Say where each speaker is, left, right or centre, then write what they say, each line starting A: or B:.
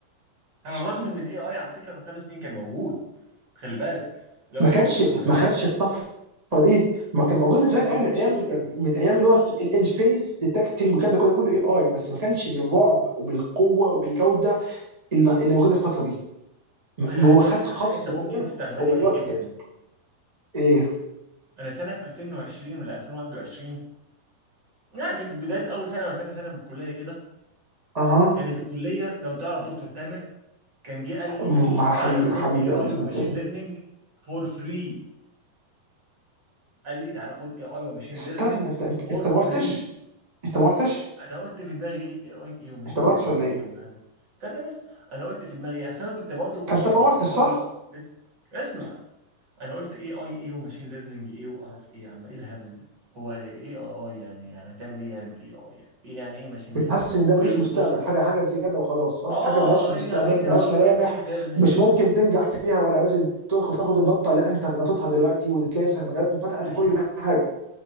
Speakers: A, on the right; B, on the right.
A: على الرغم ان الاي اي على فكره من خمس سنين كان موجود خلي بالك الاي
B: ما
A: اي
B: كانش
A: موجود من زمان
B: ما خدش الطفره دي ما كان موجود من زمان
A: ما كانتش
B: قوي من ايام
A: كده
B: من ايام اللي هو في ال- الفيس ديتكتنج وكان ده كله كله اي اي بس ما كانش بالرعب وبالقوه وبالجوده اللي, اللي موجوده الفتره دي م-
A: انا عايز
B: هو خد
A: اقول لك
B: قفزه
A: على حاجه انت ممكن
B: كده
A: تستغبني
B: هو اللي
A: فيها
B: هو
A: جدا
B: ك- ايه
A: انا سنه 2020 ولا 2021 يعني في بدايه اول سنه ولا تاني سنه من الكليه كده
B: اها
A: كانت الكليه لو تعرف دكتور تامر كان جه قال لي
B: م- مع حبيبي
A: تعالى خد
B: حبيبي
A: اي اي
B: قوي دكتور
A: وماشين
B: تامر
A: ليرنينج فور فري قال لي تعالى خد اي اي وماشين
B: استنى
A: ليرنينج
B: انت انت
A: فور
B: انت
A: فري
B: ما رحتش انت ما رحتش
A: انا قلت في دماغي ايه اي اي وماشين
B: انت ما
A: ليرنينج
B: رحتش ولا ايه
A: ايه وهبل استنى بس انا قلت في دماغي ايه اصل انا كنت برضو
B: فانت
A: يعني
B: ما رحتش
A: برضو
B: صح
A: بس اسمع انا قلت ايه اي ايه وماشين ليرنينج ايه وقرف ايه يا عم ايه الهبل ده هو ايه اي اي يعني يعني هتعمل ايه يعني بالاي اي يعني ايه يعني ايه ماشين
B: كنت
A: ليرنينج
B: حاسس
A: اصلا
B: ان ده
A: وايه
B: ملوش
A: اللي
B: مستقبل
A: بيخشوا
B: حاجه حاجه زياده وخلاص صح
A: اه
B: حاجه ملهاش مستقبل
A: ايه يعني ايه
B: ملهاش
A: اي
B: ملامح
A: وايه ماشين ليرنينج
B: مش ممكن تنجح فيها ولا لازم تاخد تاخد النطه اللي انت نطيتها دلوقتي وتلاقي نفسك مجالات انفتحت
A: مستحيل
B: وكل حاجه